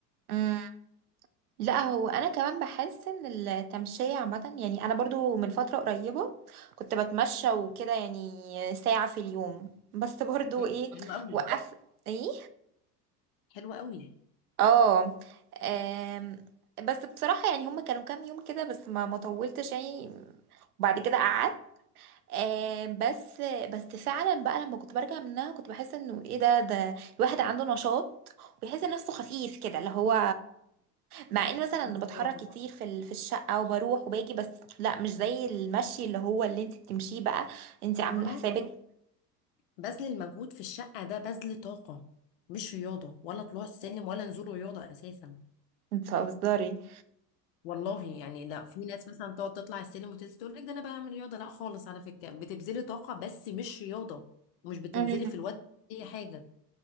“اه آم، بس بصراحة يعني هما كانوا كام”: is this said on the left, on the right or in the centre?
Right